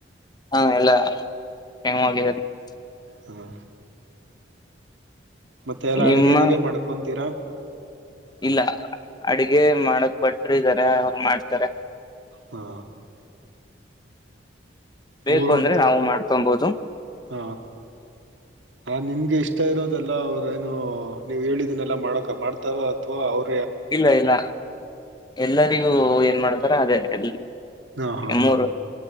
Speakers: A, on the left; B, on the right.
A: ಹಾ ಎಲ್ಲ <unintelligible>
B: ಹ್ಮ ಮತ್ತೆ ಎಲ್ಲ
A: ನಿಮ್ಮ
B: ಅಡುಗೆ ನೀವೇ ಮಾಡ್ಕೊತೀರಾ
A: ಇಲ್ಲ ಅಡಗೆ ಮಾಡಕ್ ಬಟ್ರು ಇದಾರೆ ಮಾಡ್ತಾರೆ
B: ಹಾ
A: ಬೇಕು
B: ಮೂರು
A: ಅಂದ್ರೆ
B: ಹೊತ್ತು
A: ನಾವು ಮಾಡ್ಕೊಬಹುದು
B: ಹ ಯಾವದ್ ನಿಮ್ಗೆ ಇಷ್ಟು ಇಷ್ಟ ಇರೋದೆಲ್ಲ ಅವರು ಏನು ನೀವು ಹೇಳಿದನ್ನೆಲ್ಲ ಮಾಡಕ ಮಾಡ್ತಾರ ಅಥವಾ ಅವರು
A: ಇಲ್ಲ ಇಲ್ಲ ಎಲ್ಲರಿಗೂ ಏನ್ ಮಾಡ್ತಾರ ಅದೇ ಎಲ್ಲಿ
B: ಹಾ ಹಾ ಹಾ
A: ಮೂರು